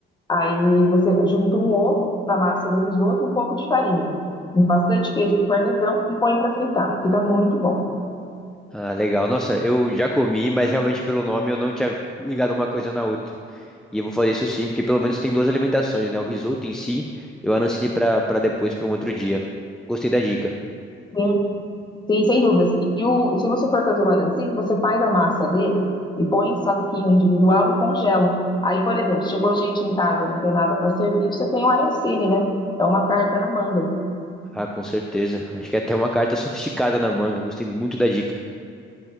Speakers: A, on the left (about 20°); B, in the centre.
A: Aí você junta um ovo na massa do risoto e um pouco de farinha. Bastante queijo parmesão e põe para fritar. Fica muito bom.
B: Ah, legal. Nossa, eu já comi, mas realmente pelo nome eu não tinha ligado uma coisa na outra. E eu vou fazer isso sim, porque pelo menos tem duas alimentações, né? O risoto em si e o arancine para para depois, para um outro dia. Gostei da dica.
A: Tem Sim, sem dúvidas. E o, se você for fazer o arancine, você faz a massa dele e põe em saquinho individual e congela. Aí, por exemplo, chegou gente em casa, não tem nada para servir, você tem o arancine, né? É uma carta na manga,
B: Ah, com certeza. Acho que é até uma carta sofisticada na manga. Gostei muito da dica.